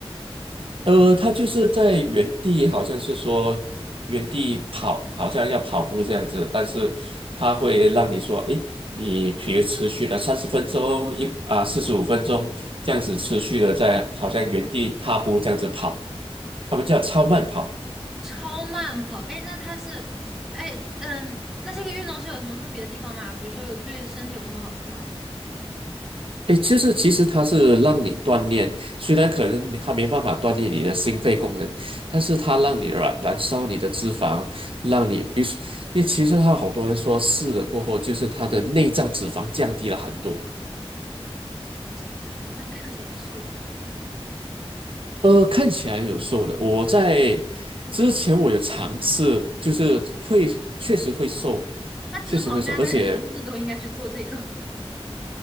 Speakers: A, on the right; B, in the centre.
A: 呃，他就是在原地，好像是说原地跑，好像要跑步这样子，但是他会让你说，诶，你比如持续了三十分钟，一啊四十五分钟这样子持续的在好像原地踏步这样子跑，他们叫超慢跑。
B: 超慢跑，哎，那它是，哎，嗯，那这个运动是有什么特别的地方吗？比如说有对身体有什么好处吗？
A: 诶，就是其实它是让你锻炼，虽然可能它没办法锻炼你的心肺功能，但是它让你燃燃烧你的脂肪，让你，比如说，因为其实它好多人说试了过后，就是它的内脏脂肪降低了很多。
B: 真的假的？那看起来也瘦了吗？
A: 呃，看起来有瘦的，我在之前我有尝试，
B: 我去，神奇。
A: 就是会确实会瘦，
B: 那脂肪肝的人是不是都应该去做这个，
A: 确实会瘦，而且。
B: <laughs>